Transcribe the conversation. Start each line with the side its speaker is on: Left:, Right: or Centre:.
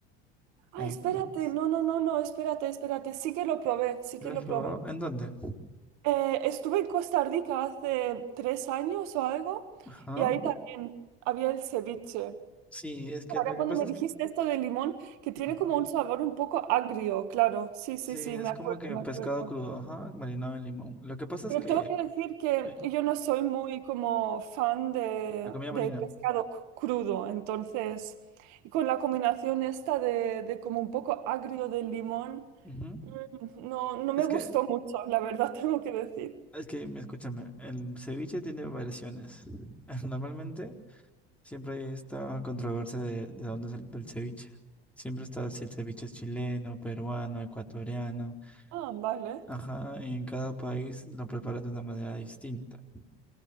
Centre: Eh,
Right: Ah, espérate,
Centre: pues,
Right: no, no, no, no, espérate, espérate. Sí que lo probé, sí
Centre: ¿Lo
Right: que
Centre: has
Right: lo
Centre: probado?
Right: probé.
Centre: ¿En dónde?
Right: Eh, estuve en Costa Rica hace tres años o algo
Centre: Ajá.
Right: y ahí también había el ceviche.
Centre: Sí, es que
Right: Ahora
Centre: lo que
Right: cuando
Centre: pasa
Right: me
Centre: es
Right: dijiste
Centre: que.
Right: esto de limón, que tiene
Centre: Ajá.
Right: como un sabor un poco agrio, claro. Sí, sí,
Centre: Sí,
Right: sí,
Centre: es
Right: me
Centre: como
Right: acuerdo,
Centre: que
Right: me
Centre: pescado
Right: acuerdo.
Centre: crudo, ajá, marinado en limón. Lo que pasa
Right: Pero
Centre: es que
Right: tengo que decir que
Centre: eh,
Right: yo no soy muy como fan de,
Centre: la comida
Right: de
Centre: marina.
Right: pescado cru- crudo, entonces, y con la combinación esta de, de como un poco agrio del limón,
Centre: Ujú.
Right: mm, no, no
Centre: Es
Right: me
Centre: que
Right: gustó mucho, la verdad <laughs> tengo que decir.
Centre: Es que, me- escúchame, el ceviche tiene variaciones. <laughs> Normalmente siempre hay esta controversia de, de dónde es el, el ceviche. Siempre está si el ceviche es chileno, peruano, ecuatoriano.
Right: Ah, vale.
Centre: Ajá, en cada país lo preparan de una manera distinta.